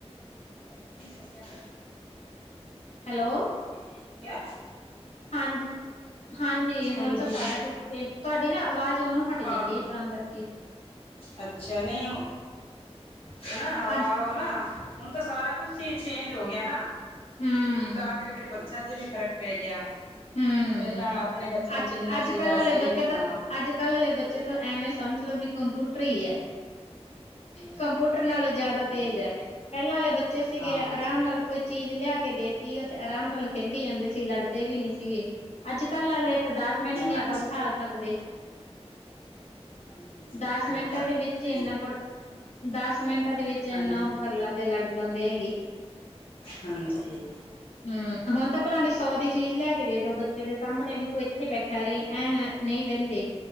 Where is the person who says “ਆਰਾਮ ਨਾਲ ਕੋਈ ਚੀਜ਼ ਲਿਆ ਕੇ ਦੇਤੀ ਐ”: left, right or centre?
Left